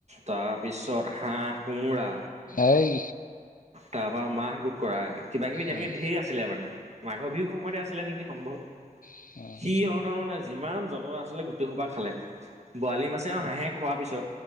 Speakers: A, on the right; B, on the left.
A: তাৰ পিছত হাঁহ-কোমোৰা।
B: অই।
A: তাৰ পৰা মাহ গোট কৰা। কিবা-কিবি তেনেকে
B: উম
A: ঢেৰ আছ- ছিলে মানে। মাঘৰ বিহু সময়তে আছিলে নেকি সম্ভৱ। সি
B: উম
A: সিহঁতৰ মানে যিমান যত- তৰ আছিলে গোটেই খোপা খালে। বোৱালি মাছেও হাঁহে খোৱাৰ পিছত।